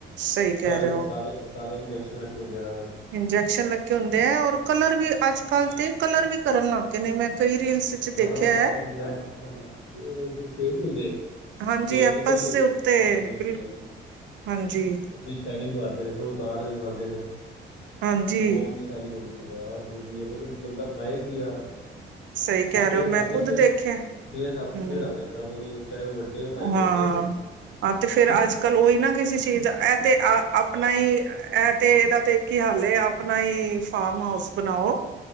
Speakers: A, on the right; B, on the left.
A: ਸਹੀ ਕਹਿ
B: ਸਾਰੇ-
A: ਰਹੇ ਹੋ
B: ਸਾਰੇ- ਸਾਰੇ ਇੰਜੈਕਸ਼ਨ ਲੱਗੇ ਹੁੰਦੇ ਇਹਨਾਂ ਨੂੰ।
A: ਇੰਜੈਕਸ਼ਨ ਲੱਗੇ ਹੁੰਦੇ ਐ, ਔਰ ਕਲਰ ਵੀ ਅੱਜ-ਕੱਲ ਤੇ ਕਲਰ ਵੀ ਕਰਨ ਲੱਗ ਗਏ ਨੇ, ਮੈਂ ਕਈ ਰੀਲਸ ਚ
B: ਹਾਂ-ਹਾਂ,
A: ਦੇਖਿਆ ਹੈ
B: ਮੈਂ ਦੇਖਿਆ ਉਹ ਜਿਹੜੇ ਸੇਬ ਨੀ ਹੁੰਦੇ
A: ਹਾਂਜੀ
B: ਸੇਬ
A: ਐਪਲਸ
B: ਤੇ ਮੋ
A: ਦੇ ਉੱਤੇ,
B: ਹਾਂਜੀ ਹਾਂਜੀ
A: ਬਿਲ
B: ਹਾਂਜੀ
A: ਹਾਂਜੀ
B: ਦੀ ਸ਼ਾਇਨਿੰਗ ਮਾਰਦੇ ਨੇ, ਫਿਰ ਉਹ ਉਤਾਰ ਕੇ ਦਿਖਾਂਦੇ ਨੇ
A: ਹਾਂਜੀ
B: ਮੋਮਜ਼ ਸ਼ਾਇਨਿੰਗ ਹੁੁੰਦੀ ਮੈਂ ਕਿਹਾ ਯਾਰ, ਦੋ ਬੀ ਐ ਬੰਦਾ ਖਾਏ ਕੀ ਯਾਰ
A: ਸਹੀ ਕਹਿ
B: ਆਪੇ
A: ਰਹੇ ਹੋ, ਮੈਂ
B: ਆਪੇ
A: ਖੁੱਦ
B: ਸਿਹਤ
A: ਦੇਖਿਆ।
B: ਸਿਹਤ-
A: ਹਮ
B: ਸਿਹਤ ਆਪੇ ਖ਼ਰਾਬ ਹੋਣੀ ਏ, ਚਾਹੇ ਉਹ ਵੱਡੇ ਹੋਣ ਚਾਹੇ
A: ਹਾਂ
B: ਛੋਟੇ ਹੋਣ।
A: ਹਾਂ ਤੇ ਫੇਰ ਅੱਜ- ਕੱਲ੍ਹ ਉਹੀ ਨਾ, ਕਿਸੇ ਚੀਜ਼ ਦਾ ਐਹ ਤੇ ਅ ਆਪਣਾ ਹੀ ਇਹ ਤੇ ਇਹਦਾ ਤੇ ਇੱਕ ਈ ਹੱਲ ਏ, ਆਪਣਾ ਹੀ ਫਾਰਮ ਹਾਊਸ ਬਣਾਓ,